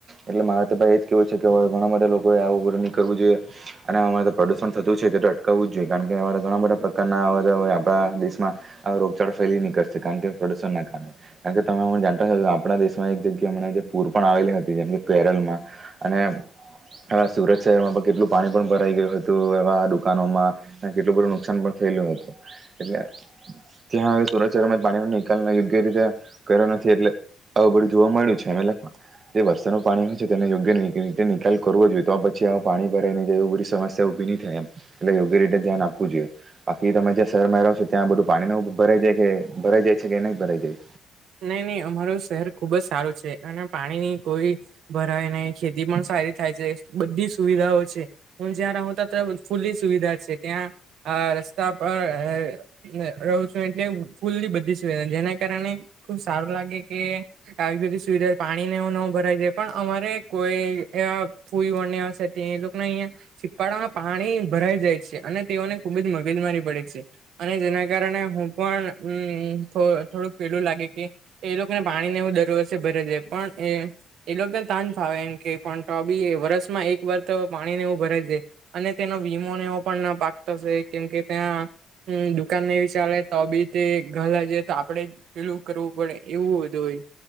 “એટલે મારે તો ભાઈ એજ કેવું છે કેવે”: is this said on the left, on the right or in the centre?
Right